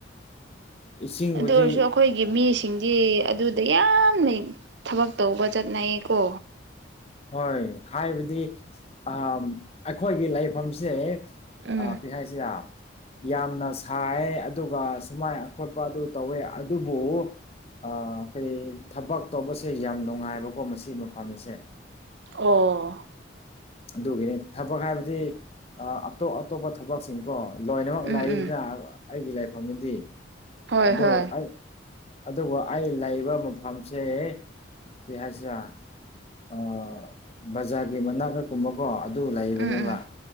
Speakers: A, on the left (about 35°); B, on the right (about 70°).
A: ꯏꯁꯤꯡꯕꯨꯗꯤ
B: ꯑꯗꯨ ꯑꯣꯏꯔꯁꯨ ꯑꯩꯈꯣꯏꯒꯤ ꯃꯤꯁꯤꯡ ꯁꯤꯡꯗꯤ ꯑꯗꯨꯗ ꯌꯥꯝꯅ ꯊꯕꯛ ꯇꯧꯕ ꯆꯠꯅꯩꯌꯦꯀꯣ
A: ꯍꯣꯏ ꯍꯥꯏꯕꯗꯤ ꯑ ꯑꯩꯈꯣꯏꯒꯤ ꯂꯩꯐꯝꯁꯦ
B: ꯎꯝ
A: ꯑ ꯄꯤ ꯍꯥꯏꯁꯤ ꯌꯥ ꯌꯥꯝꯅ ꯁꯥꯏ ꯑꯗꯨꯒ ꯁꯨꯃꯥꯏꯅ ꯑꯈꯣꯠꯄ ꯑꯗꯨ ꯇꯧꯋꯦ ꯑꯗꯨꯕꯨ ꯑꯩꯈꯔꯤ ꯊꯕꯛ ꯇꯧꯕꯁꯦ ꯌꯥꯝ ꯅꯨꯡꯉꯥꯏꯕꯀꯣ ꯃꯁꯤꯒꯤ ꯃꯐꯝꯁꯦ
B: ꯑꯣ
A: ꯑꯗꯨꯒꯤꯅꯤ ꯊꯕꯛ ꯍꯥꯏꯕꯗꯤ ꯑꯇꯣꯞ ꯑꯇꯣꯞꯄ ꯊꯕꯛꯁꯤꯡ ꯀꯣ ꯂꯣꯏꯅꯃꯛ
B: ꯎꯝ
A: ꯂꯥꯛꯏꯁꯤꯅ
B: ꯎꯝ
A: ꯑꯩꯒꯤ ꯂꯥꯏꯐꯝꯗꯤ
B: ꯍꯣꯏ
A: ꯑꯗꯨ
B: ꯍꯣꯏ
A: ꯑꯩ ꯑꯗꯨꯒ ꯑꯩ ꯂꯩꯕ ꯃꯐꯝꯁꯦ ꯀꯩ ꯍꯥꯏꯁꯤꯔ ꯑ ꯕꯖꯥꯔꯒꯤ ꯃꯅꯥꯀꯛꯀꯨꯝꯕꯀꯣ ꯑꯗꯨ ꯂꯩꯕꯅꯦꯕ
B: ꯎꯝ ꯎꯝ